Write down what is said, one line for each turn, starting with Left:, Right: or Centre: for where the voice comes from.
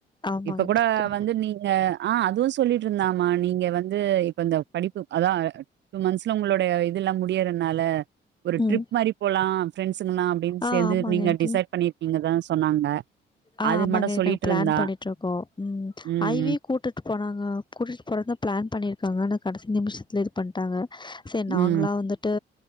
Left: ஆமாங்க
Right: இப்போ
Left: ஆன்ட்டி
Right: கூட வந்து நீங்க ஆ அதுவு சொல்லிட்டு இருந்தாமா நீங்க வந்து இப்ப இந்த படிப்பு அதா டூ மந்த்ஸ்ல உங்களோடய இதெல்லா முடியறனால ஒரு
Left: ம்
Right: ட்ரிப் மாரி போலா ஃப்ரெண்ட்ஸுங்கலா அப்டின்
Left: ஆ
Right: சேந்து
Left: ஆமாங்க
Right: நீங்க
Left: ஆன்ட்டி
Right: டிசைட் பண்ணிருக்கீங்கதா சொன்னாங்க
Left: ஆ
Right: அது
Left: ஆமாங்க
Right: மட்டும் சொல்லிட்டு
Left: நாங்க பிளான்
Right: இருந்தா.
Left: பண்ணிட்டு இருக்கோ ம்
Right: ம்
Left: ஐவி
Right: ம்
Left: கூட்டு கூப்ட்டு போனாங்க கூட்டிட்டு போறதா பிளான் பண்ணிருக்காங்கா ஆனா கடைசி நிமிஷத்துல இது பண்ணிட்டாங்க சரி
Right: ம்
Left: நாங்களா வந்துட்டு